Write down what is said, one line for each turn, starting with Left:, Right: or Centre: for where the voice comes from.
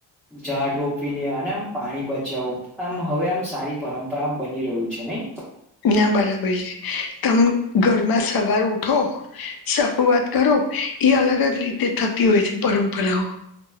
Centre: ઝાડ રોપીને અને આમ પાણી બચાવું આમ હવે આમ સારી પરંપરા બની રહ્યું છે નહી.
Left: ના બરાબર છે તમે ઘરમાં સવાર ઉઠો શરૂઆત કરો એ અલગ જ રીતે થતી હોય છે પરંપરાઓ.